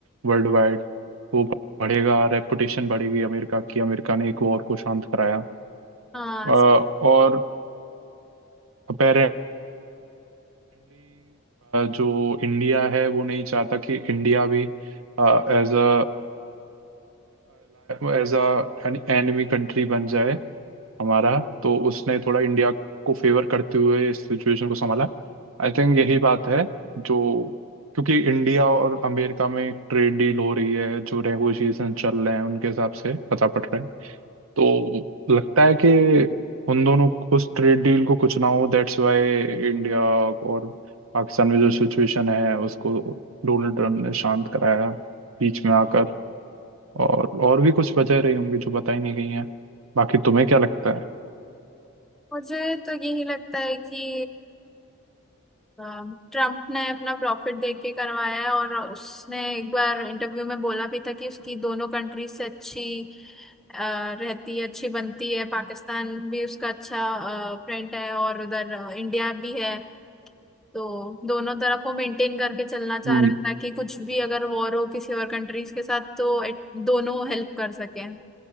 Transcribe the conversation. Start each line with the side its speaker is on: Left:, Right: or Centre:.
Right: वर्ल्ड वाइड वो बढ़ेगा रेपुटेशन बढ़ेगी अमेरिका की अमेरिका ने एक वॉर को शांत कराया
Centre: हाँ
Right: अ, और अपेरेंटली जो इंडिया है वो नहीं चाहता कि इंडिया भी as a as a enemy country बन जाए हमारा तो उसने थोड़ा इंडिया को फेवर करते हुए इस सिचुएशन को संभाला आई थिंक यही बात है जो क्योंकि इंडिया और अमेरिका में ट्रेड डील हो रही है जो नेगोशिएशन चल रहे हैं उनके हिसाब से पता पड़ रहा है तो लगता है कि उन दोनों उस ट्रेड डील को कुछ ना हो दैट्स वाई इंडिया और पाकिस्तान में जो सिचुएशन है उसको डोनाल्ड ट्रम्प ने शांत कराया बीच में आकर और और भी कुछ वजह रही होंगी जो बताई नहीं गई हैं बाकी तुम्हें क्या लगता है
Centre: मुझे तो यही लगता है कि ट्रम्प ने अपना प्रॉफिट देख के करवाया है और उसने एक बार इंटरव्यू में बोला भी था कि उसकी दोनों कंट्रीज से अच्छी अ, रहती है अच्छी बनती है पाकिस्तान भी उसका अच्छा फ्रेंड है और उधर अ, इंडिया भी है तो दोनों तरफ वो मेंटेन करके चलना चाह
Right: हम्म
Centre: रहा है ताकि कुछ भी अगर वॉर हो किसी और कंट्रीज के साथ तो it- दोनों हेल्प कर सकें